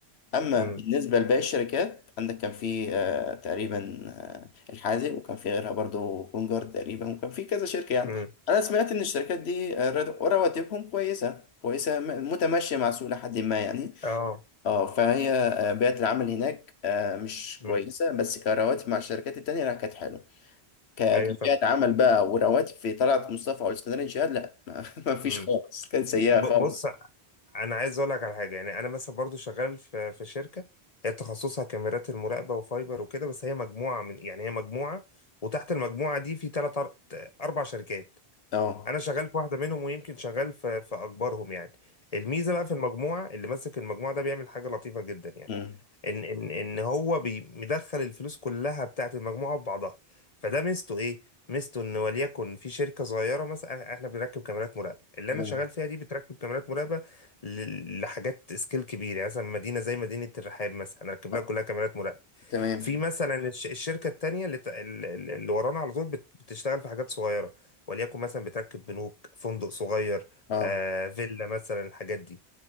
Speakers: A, on the left (about 80°); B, on the left (about 40°).
A: اما
B: امم
A: بالنسبه لباقي الشركات عندك كان في آه، تقريبا آه، الحازق وكان في غيرها برضو كونجارد تقريبا وكان في كذا شركه يعني
B: امم
A: انا سمعت ان الشركات دي آه، رد- رواتبهم كويسه كويسه م- متماشيه مع السوق لحد ما يعني
B: اه
A: اه فهي آه، بيئه العمل هناك آه، مش
B: امم
A: كويسه بس كرواتب مع الشركات التانيه لا كانت حلوه ك-
B: ايوه
A: كبيئه
B: فاهم
A: عمل بقى ورواتب في طلعت مصطفى او الاسكندريه شهاد لا <laughs> مفيش
B: امم
A: خالص كانت سيئه
B: ب-
A: خالص
B: بص انا عايز اقول لك على حاجه يعني انا مثلا برضو شغال في في شركه هي تخصصها كاميرات المراقبه وفايبر وكده بس هي مجموعه من يعني هي مجموعه وتحت المجموعه دي في ثلاث اربع شركات
A: اه
B: انا شغال في واحده منهم ويمكن شغال في في اكبرهم يعني الميزه بقى في المجموعه اللي ماسك المجموعه ده بيعمل حاجه لطيفه جدا يعني
A: مم.
B: ان ان ان هو بي- مدخل الفلوس كلها بتاعت المجموعه في بعضها فده ميزته ايه ميزته ان وليكن في شركه صغيره مثلا احنا بنركب كاميرات مراقبه اللي
A: تمام
B: انا شغال فيها دي بتركب كاميرات مراقبه ل- لحاجات سكيل كبير يعني مثلا مدينه زي مدينه الرحاب مثلا هنركب
A: آه،
B: لها كلها كاميرات مراقبه
A: تمام
B: في مثلا الش- الشركه التانيه اللي ت- ال- ال- اللي ورانا على طول بت- بتشتغل في حاجات صغيره وليكن مثلا بتركب بنوك فندق صغير
A: اه
B: آه فيلا مثلا الحاجات دي